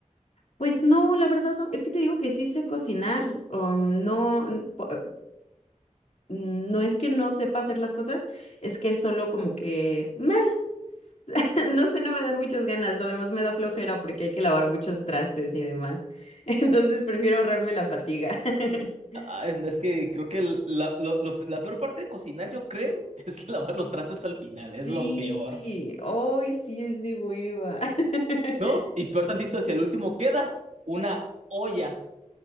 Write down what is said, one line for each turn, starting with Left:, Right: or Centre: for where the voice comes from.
Left: Pues no, la verdad no. Es que te digo que sí sé cocinar. um, no, n- po- mm, no es que no sepa hacer las cosas, es que solo como que, meh, <laughs> no sé, no me dan muchas ganas. Además me da flojera porque hay que lavar muchos trastes y demás. <laughs> Entonces prefiero ahorrarme la fatiga. <laughs>
Right: Ah, es que creo que el- la, lo- lo- la peor parte de cocinar, yo creo, <laughs> es lavar los trastes al final, es
Left: Sí,
Right: lo peor.
Left: hoy sí es de hueva. <laughs>
Right: No, y peor tantito, si al último queda una olla.